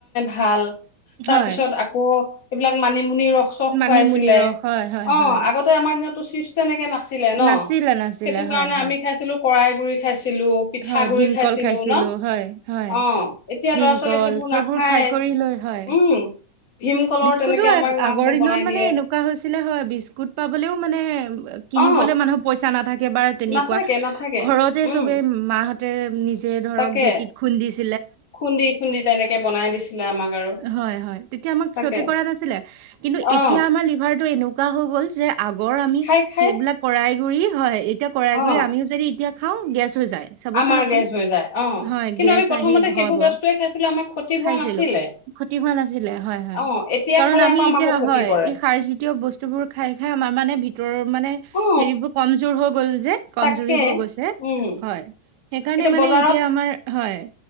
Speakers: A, on the left; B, on the right.
A: ভাল তাৰপিছত
B: হয়
A: আকৌবিলাক মান আপুনি ৰস চস
B: মানিমুনি
A: খুৱাইছিলে
B: ৰস হয় হয়
A: অ',
B: হয়
A: আগতে আমাৰ দিনত চিপছ তেনেকে নাছিলে ন'
B: নাছিলে নাছিলে
A: সেইটো কাৰণে
B: হয় হয়
A: আমি খাইছিলো কৰাই গুৰি খাইছিলো পিঠাগুৰি
B: হয় ভীমকল খাইছিলো
A: ন
B: হয় হয়
A: অ এতিয়া
B: ভীমকল
A: ল'ৰা ছোৱালীয়ে
B: সেইবোৰ
A: নাখায়
B: খাই কৰি লৈ হয় হয়।
A: উম ভীমকলৰ
B: বিস্কুতো
A: তেনেকে আমাক মাহঁতে
B: আগৰ দিনত
A: বনাই
B: মানে
A: দিয়ে
B: এনেকুৱা হৈছিলে হয় বিস্কুট পাবলেও মানে কিনলৈ
A: অ
B: মানুহ পইচা নাথাকে একেবাৰ তেনেকুৱা
A: নাথাকে নাথাকে
B: ঘৰতে
A: উম
B: চবেই মাহঁতে নিজে ধৰক
A: তাকে
B: ঢেঁকীত খুন্দিছে।
A: খুন্দি খুন্দি তেনেকে বনাই দিছিলে আমাক আৰু
B: হয় হয় তেতিয়া আমাক
A: থাকে
B: ক্ষতি কৰা নাছিলে কিন্তু
A: অ
B: এতিয়া আমাৰ লিভাৰটো এনে <unintelligible> হৈ গ'ল যে আগৰ আমি
A: খাই খাই
B: সেইবিলাক কৰাইগুৰি হয় এতিয়া কৰাইগুৰি
A: অ
B: আমিও যদি এতিয়া হ গেছো যায় চাবচোন
A: আমাৰ
B: আপুনি
A: গেছ হৈ যায় অ
B: হয়
A: কিন্তু
B: গেছ
A: আমি প্ৰথমতে
B: আহি
A: সেইবোৰ
B: হব
A: বস্তুৱে খাইছিলো আমাৰ ক্ষতি হোৱা
B: খাইছিলো
A: নাছিলে
B: ক্ষতি হোৱা নাছিলে হয় হয়
A: অ এতিয়া
B: কাৰণ
A: খালে
B: আমি
A: আকৌ আমাকো
B: এতিয়া
A: ক্ষতি
B: হয়
A: কৰে
B: এই সাৰজাতীয় বস্তুবোৰ খাই খাই আমাৰ মানে ভিতৰৰ মানে
A: অ
B: হেৰিবোৰ কমজোৰ হৈ গ'ল যে কমজৰি
A: তাকে
B: হৈ গৈছে
A: উম
B: হয়। সেইকাৰণে
A: এতিয়া
B: মানে
A: বজাৰত
B: আমাৰ হয়